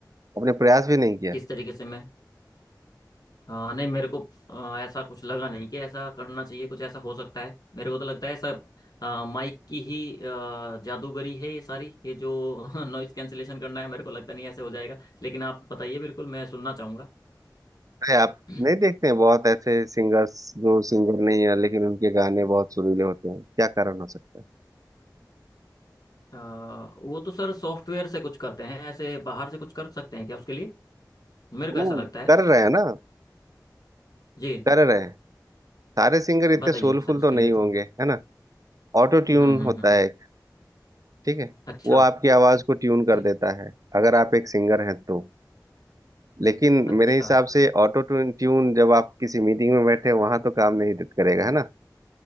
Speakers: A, on the right; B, on the left.
A: अपने प्रयास भी नहीं किया
B: किस तरीके से मैं हाँ नहीं मेरे को अ, ऐसा कुछ लगा नहीं कि ऐसा करना चाहिए कुछ ऐसा हो सकता है मेरे को तो लगता है सब अ, माइक की ही अ, जादूगरी है ये सारी ये जो <laughs> नॉइस कैंसिलेशन करना है मेरे को लगता नहीं ऐसे हो जाएगा लेकिन आप बताइए बिल्कुल मैं सुनना चाहूँगा
A: अरे आप
B: <clears throat>
A: नहीं देखते हैं बहुत ऐसे सिंगर्स जो सिंगर नहीं है लेकिन उनके गाने बहुत सुरीले होते हैं क्या कारण हो सकता है
B: आ, वो तो सर सॉफ्टवेयर से कुछ करते हैं ऐसे बाहर से कुछ कर सकते हैं क्या उसके लिए मेरे
A: वो
B: को ऐसा लगता है
A: कर रहे हैं ना
B: जी
A: कर रहे हैं सारे सिंगर इतने
B: बताइए
A: सोलफुल
B: सर उसके
A: तो नहीं
B: लिए तो
A: होंगे
B: हम्म
A: है ना ऑटो ट्यून
B: हम्म
A: होता
B: हम्म
A: है एक, ठीक है
B: अच्छा
A: वो आपकी आवाज को ट्यून कर
B: जी
A: देता है अगर आप एक सिंगर हैं तो लेकिन
B: अच्छा
A: मेरे हिसाब से ऑटो ट्यून ट्यून जब आप किसी मीटिंग में बैठे वहां तो काम नहीं दे- करेगा है ना